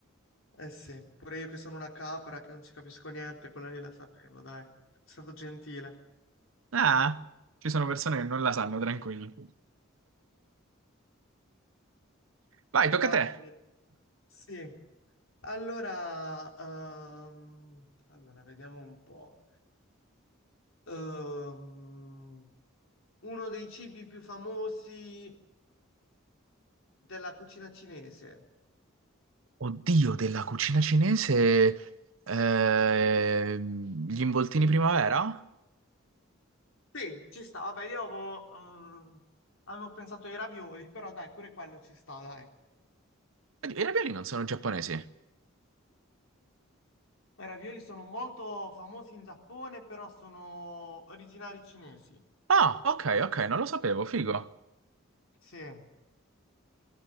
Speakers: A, on the left (about 85°); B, on the right (about 80°).
A: Eh sì, pure io che sono una capra che non ci capisco niente, quella lì la sapevo, dai. È stato gentile.
B: Ah, ci sono persone che non la sanno, tranquilli. Vai, tocca
A: Va
B: a te.
A: bene. Sì. Allora, ehm, allora, vediamo un po'. Ehm, uno dei cibi più famosi della cucina cinese.
B: Oddio, della cucina cinese, ehm, gli involtini primavera?
A: Sì, ci sta. Vabbè, io avevo, ehm, avevo pensato ai ravioli, però dai, pure quello ci sta, dai.
B: Oddio, I ravioli non sono giapponesi.
A: I ravioli sono molto famosi in Giappone, però sono originari cinesi.
B: Ah, ok, ok, non lo sapevo, figo.
A: Sì.